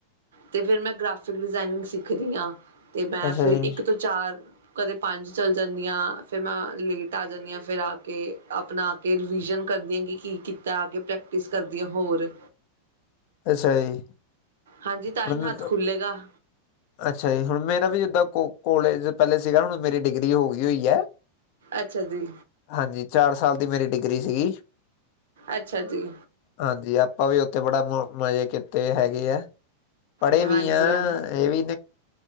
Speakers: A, on the right (about 60°); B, on the left (about 45°).
A: ਤੇ ਫਿਰ ਮੈਂ ਗ੍ਰਾਫਿਕ ਡਿਜ਼ਾਇਨਿੰਗ ਸਿੱਖਦੀ ਹਾਂ, ਤੇ ਮੈਂ
B: ਅੱਛਾ
A: ਫਿਰ
B: ਜੀ,
A: ਇੱਕ ਤੋਂ ਚਾਰ ਕਦੇ ਪੰਜ ਚੱਲ ਜਾਂਦੀ ਹਾਂ, ਫਿਰ ਮੈਂ ਲੇਟ ਆ ਜਾਂਦੀ ਹਾਂ, ਫਿਰ ਆ ਕੇ ਅਪਣਾ ਕੇ ਰਿਵੀਜ਼ਨ ਕਰਦੀ ਹਾਂ ਕਿ ਕੀ ਕੀਤਾ, ਆ ਕੇ ਪ੍ਰੈਕਟਿਸ ਕਰਦੀ ਹਾਂ ਹੋਰ
B: ਅੱਛਾ ਜੀ
A: ਹਾਂਜੀ, ਤਾਂ
B: ਹੁਣ
A: ਹੀ ਹੱਥ ਖੁੱਲੇਗਾ
B: ਅੱਛਾ ਜੀ, ਹੁਣ ਮੇਰਾ ਵੀ ਜਿੱਦਾਂ ਕੋ ਕੋਲੇਜ ਪਹਿਲੇ ਸੀਗਾ, ਹੁਣ ਮੇਰੀ ਡਿਗਰੀ ਹੋ ਗਈ ਹੋਈ ਹੈ
A: ਅੱਛਾ ਜੀ
B: ਹਾਂਜੀ ਚਾਰ ਸਾਲ ਦੀ ਮੇਰੀ ਡਿਗਰੀ ਸੀਗੀ
A: ਅੱਛਾ ਜੀ
B: ਹਾਂਜੀ ਆਪਾਂ ਵੀ ਉੱਥੇ ਬੜਾ ਮਜ਼ੇ ਕੀਤੇ ਹੈਗੇ ਆ ਪੜ੍ਹੇ
A: ਹਾਂਜੀ
B: ਵੀ ਆ
A: ਹਾਂ
B: ਇਹ ਵੀ